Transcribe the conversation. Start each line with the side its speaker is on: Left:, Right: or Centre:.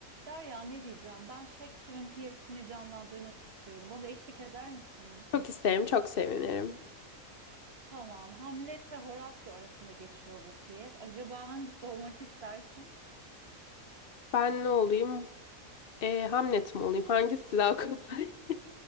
Right: Derya ne diyeceğim? Ben Shakespeare'in piyesini canlandırmak istiyorum. Bana eşlik eder misin?
Left: Çok isterim, çok sevinirim.
Right: Tamam. Hamlet ve Horatio arasında geçiyor bu piyes. Acaba hangisi olmak istersin?
Left: Ben ne olayım? Ee, Hamlet mi olayım? Hangisi daha kolay? <laughs>